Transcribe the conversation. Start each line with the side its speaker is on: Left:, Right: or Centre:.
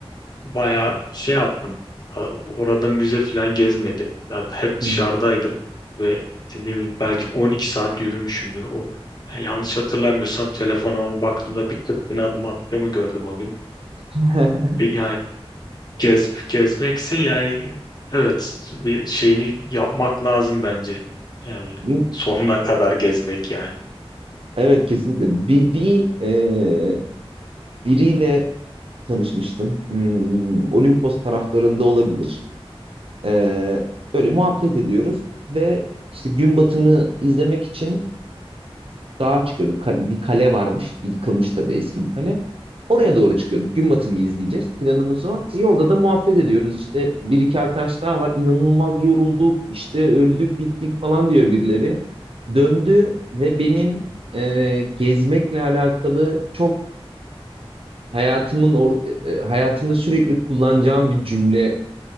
Left: bayağı şey yaptım. Ha, Orada müze falan gezmedim. Ya hep dışarıdaydım
Right: hı
Left: ve işte ne bileyim belki 12 saat yürümüşümdür o. Yani yanlış hatırlamıyorsam telefonuma baktığımda bir 40 bin adım attığımı gördüm o gün.
Right: hı.
Left: Bir- Yani Gez, gezmekse yani evet bir şeyini yapmak lazım bence. Yani
Right: <laughs>
Left: sonuna kadar gezmek yani.
Right: Evet kesinlikle. Bir, bir e, biriyle tanışmıştım. Hmm, Olimpos taraflarında olabilir. E, böyle muhabbet ediyoruz ve işte gün batımı izlemek için dağa çıkıyorduk. Ka- Bir kale varmış. Yıkılmış tabii eski bir kale. Oraya doğru çıkıyorduk. Gün batımı izleyeceğiz. Planımız o. Yolda da muhabbet ediyoruz. İşte bir iki arkadaş daha var. İnanılmaz yorulduk. İşte öldük bittik falan diyor birileri. Döndü ve benim e, gezmekle alakalı çok hayatımın or e, hayatımda sürekli kullanacağım bir cümle